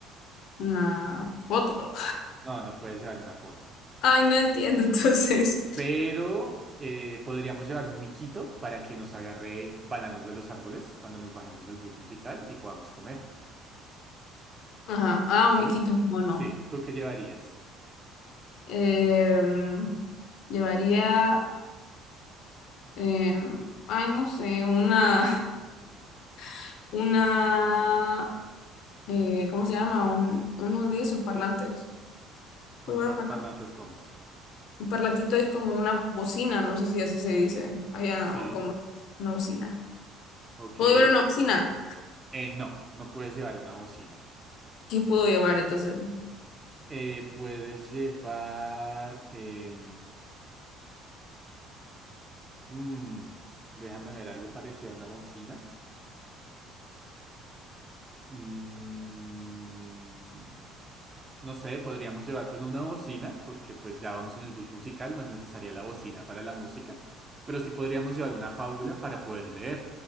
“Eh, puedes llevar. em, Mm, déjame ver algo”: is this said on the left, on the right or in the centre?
Right